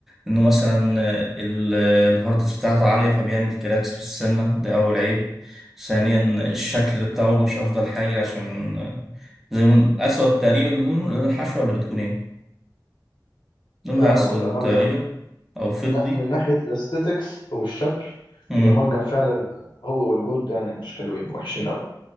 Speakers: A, in the centre; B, on the left.
A: انه مثلا آه، ال- آه، الهاردنس بتاعته عاليه فبيعمل كراكس في السنه ده اول عيب ثانيا الشكل بتاعه مش افضل حاجه عشان آه، زي ما اسود تقريبا لون لون الحشوه ولا بتكون ايه لونها
B: لا
A: اسود
B: هو الامالجم
A: تقريبا او فضي
B: من ناحيه الاستيتكس والشكل
A: امم
B: الامالجم فعلا هو والجولد يعني مش حلوين وحشين قوي